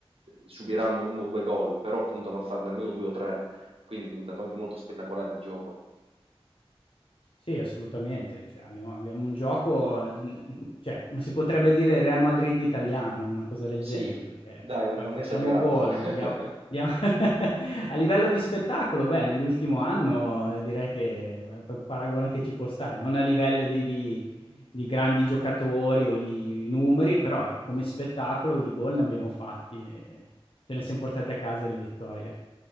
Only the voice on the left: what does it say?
Sì, assolutamente. Cioè, abbiamo abbiamo un gioco, ehm, cioè, ma si potrebbe dire Real Madrid italiano, una cosa del
genere, perché
fa
facciamo
gol,
dia dia <laughs> a livello di spettacolo, beh, nell'ultimo anno, ehm, direi che è p paragone che ci può stare, non a livelli di di di grandi giocatori o di numeri, però eh, come spettacolo di gol ne abbiamo fatti e ce ne siam portati a casa di vittorie.